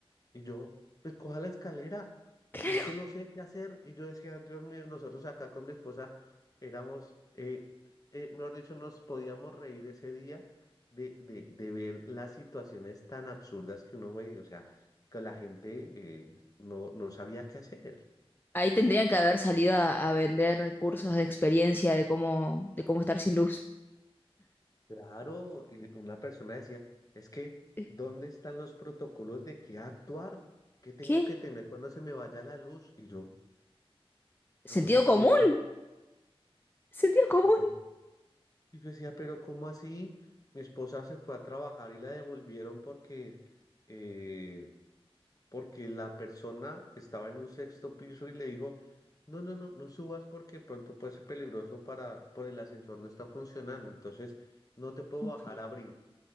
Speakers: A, on the left (about 35°); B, on the left (about 20°).
A: Y yo, pues coja la escalera.
B: claro
A: Es que no sé qué hacer. Y yo decía, Dios mío, nosotros acá con mi esposa éramos, eh, eh, mejor dicho, nos podíamos reír ese día de, de, de ver las situaciones tan absurdas que uno ve. O sea, que la gente eh, no, no sabía qué hacer.
B: Ahí tendrían que haber salido a, a vender cursos de experiencia de cómo, de cómo estar sin luz.
A: Claro, y una persona decía, es que,
B: Eh,
A: ¿dónde están los protocolos de qué actuar? ¿Qué tengo
B: ¿Qué?
A: que tener cuando se me vaya la luz? Y yo, nosotros
B: ¿Sentido común?
A: como,
B: ¿Sentido común?
A: decía, pero, y yo decía, pero ¿cómo así? Mi esposa se fue a trabajar y la devolvieron porque, eh, porque la persona estaba en un sexto piso y le dijo, no, no, no, no subas porque pronto puede ser peligroso para, por el ascensor no está funcionando, entonces no te puedo
B: Ok,
A: bajar a abrir.